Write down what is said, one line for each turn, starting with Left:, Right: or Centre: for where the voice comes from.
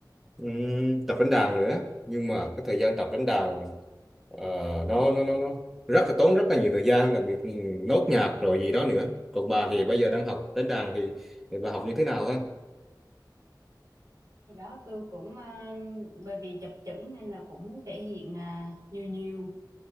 Centre: ừm, tập đánh đàn nữa nhưng mà cái thời gian tập đánh đàn ờ, nó nó nó nó rất là tốn rất là nhiều thời gian đặc biệt ừm, nốt nhạc rồi gì đó nữa còn bà thì bây giờ đang học đánh đàn thì, thì bà học như thế nào á
Right: thì đó tôi cũng à, bởi vì chập chững nên là cũng muốn thể hiện à, nhiều nhiều